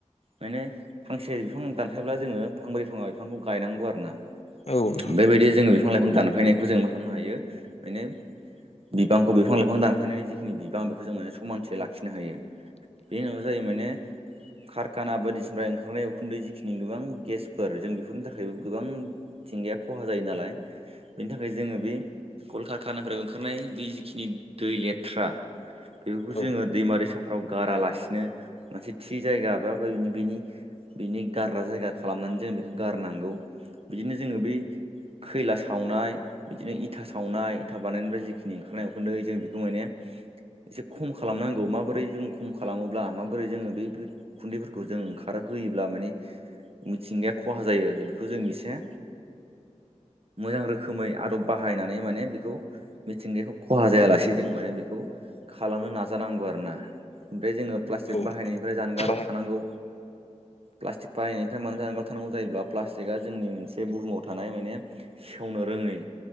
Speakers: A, on the right (about 50°); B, on the left (about 55°).
A: माने फांसे बिफां दानफायब्ला जोङो फांब्रै फांबा बिफांखौ गायनांगौ आरो। ना बेबायदि
B: औ नोंथां औ नोंथां
A: जोङो बिफां लाइफां दानफैनायखौ जों मा खालामनो हायो मे। बिफांखौ बिफां लाइफां दानफैनायनि जिखिनि बिबां बेखौ जों माने समानसे लाखियो। खिनो हायो बेनि उनाव जायो माने। कारखाना बायदिसिना ओंखारनाय उखुन्दै जिखिनि गोबां गेसफोर जों बेफोरनि थाखायबो। गोबांथिंगाया खहा जायो नालाय बेनि थाखाय जोङो बे कलकातानिफ्राय ओंखारनाय बे जिखिनि दै लेथ्रा बेफोरखौ
B: औ
A: जोङो दैमारि साफ फोराव गारालासिनो मोनसे थि जायगा बेनि बिनि गारग्रा जायगा खालामनानै जों बेखौ गारनांगौ बिदिनो जोङो बै। खैला सावनाय, बिदिनो इथा सावनाय, इथा बानायनायनिफ्राय जिखिनि ओंखारनाय उखुनदै जों बेखौ माने। एसे खम खालामनांगौ माबोरै जों खम खालामोब्ला माबोरै जोङो बै उखुन्दैफोरखौ जों ओंखारो होयोब्ला माने मिथिंगाया खहा जायो बेखौ जों एसे मोजां रोखोमै आदब बाहायनानै माने बेखौ मिथिंगाखौ खहा जायालासे जों माने बेखौ खालामनो नाजानांगौ आरो ना। जोङो प्लास्टिक
B: औ
A: बाहायनायनिफ्राय जानगाराव
B: बाहाय
A: थानांगौ। प्लास्टिक बाहनायनिफ्राय मानो जानगाराव थनांगौ जायोब्ला प्लास्टिकआ जोंनि मोनसे बुहुमाव थानाय माने सेवनो रोङै